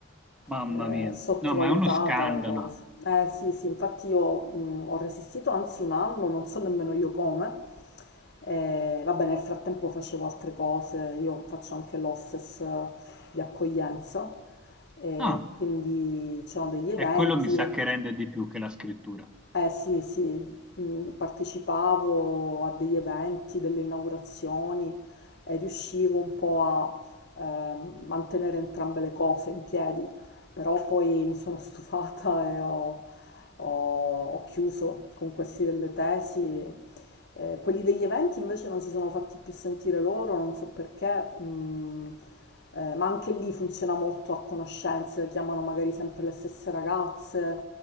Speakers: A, in the centre; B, on the left (about 60°).
A: mamma
B: eh,
A: mia,
B: sottovalutata
A: no, ma è uno scandalo.
B: la cosa. Eh sì, sì, infatti io mm, ho resistito anzi un anno, non so nemmeno io come. Eh, vabbè, nel frattempo facevo altre cose, io faccio anche l'hostess di accoglienza, e
A: Ah,
B: quindi c'erano degli eventi,
A: è quello mi sa che rende di più che la scrittura,
B: eh sì, sì, mm, partecipavo a degli eventi, delle inaugurazioni e riuscivo un po' a eh, mantenere entrambe le cose in piedi, però poi mi sono stufata e ho, ho- ho chiuso con questi delle tesi, eh, quelli degli eventi invece non si sono fatti più sentire loro, non so perché, mm, eh, ma anche lì funziona molto a conoscenze, chiamano magari sempre le stesse ragazze,